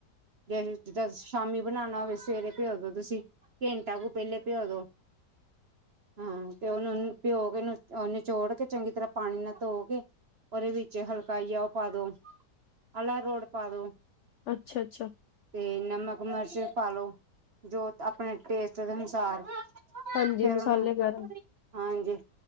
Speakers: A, on the right; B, on the left.
A: ਜੇ ਜਿੱਦਾਂ ਸ਼ਾਮੀ ਬਣਾਣਾ ਹੋਵੇ, ਸਵੇਰੇ ਭਿਓ ਦੋ ਤੁਸੀਂ ਘੈਂਟਾ ਕੁ ਪਹਿਲੇ ਭਿਓ ਦੋ। ਹਾਂ, ਫਿਰ ਉਹਨੂੰ ਨੂੰ ਭਿਓ ਕੇ, ਅ ਨਿਚੋੜ ਕੇ, ਚੰਗੀ ਤਰ੍ਹਾਂ ਪਾਣੀ ਨਾਲ ਧੋਕੇ ਉਹਦੇ ਵਿੱਚ ਹਲਕਾ ਜਿਹਾ, ਉਹ ਪਾ ਦੋ ਅਰਾਰੋਟ ਪਾ ਦੋ।
B: ਅੱਛਾ-ਅੱਛਾ,
A: ਤੇ, ਨਮਕ-ਮਰਚ ਪਾ ਲੳ, ਜੋ ਆਪਣੇ ਟੇਸਟ ਦੇ ਅਨੁਸਾਰ। ਫਿਰ
B: ਹਾਂਜੀ ਮਸਾਲੇ
A: ਉਹਨੂੰ
B: ਵਗੈਰਾ।
A: ਹਾਂਜੀ,